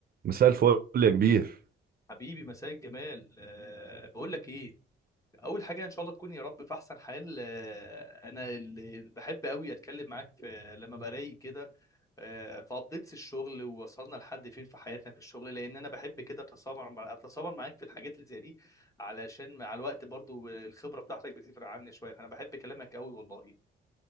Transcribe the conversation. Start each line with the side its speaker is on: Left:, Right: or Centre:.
Right: مساء الفل يا كبير
Left: حبيبي مساء الجمال أه بقول لك ايه اول حاجه ان شاء الله تكون يا رب في احسن حال أه انا اللي بحب قوي اتكلم معاك في لما برايق كده أه في ابديتس الشغل ووصلنا لحد فين في حياتنا في الشغل لان انا بحب كده اتسامر مع اتسامر معاك في الحاجات اللي زي دي علشان مع الوقت برضو الخبره بتاعتك بتفرق عني شويه فانا بحب كلامك قوي والله